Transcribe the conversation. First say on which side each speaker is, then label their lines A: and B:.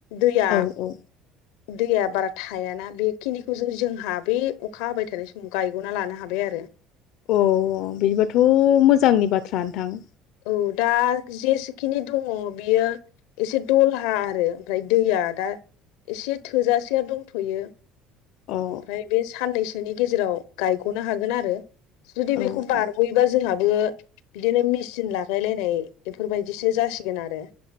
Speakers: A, on the left (about 80°); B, on the left (about 65°).
A: दैया
B: औ औ
A: दैया बारा थायाना बेखिनिखौ जों जों हा बै अखा हाबाय थानाय समाव गायग'ना लानो हाबाय आरो।
B: अ बिदिबाथ' मोजांनि बाथ्रा नोंथां।
A: औ दा जेसेखिनि दंङ बेयो एसे दलहा आरो ओमफ्राय दैया दा एसे थोजासेया दंथ'यो।
B: अ
A: ओमफ्राय बे साननैसोनि गेजेराव गायग'नो हागोन आरो जुदि बेखौ
B: औ
A: बारग'योबा
B: औ
A: जोंहा बो बिदिनो मेचिन लागायलायनाय बेफोरबायदिसो जासिगोन आरो।